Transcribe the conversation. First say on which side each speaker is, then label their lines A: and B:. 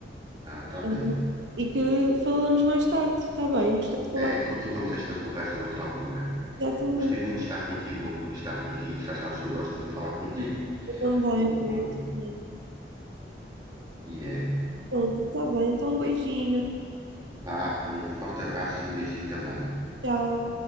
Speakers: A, on the right; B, on the right.
A: ah, tá bem.
B: Uhum. e que falamos mais tarde, está bem? Gostei de falar
A: É, continuamos esta conversa noutra altura.
B: contigo também.
A: Gostei muito de estar contigo, estar contigo. Já sabes que eu gosto muito de falar contigo.
B: Eu também,
A: O,
B: Rui, eu
A: eh,
B: também.
A: E é.
B: Pronto, está bem, então um beijinho,
A: vá, um forte abraço e um beijinho também.
B: tchau.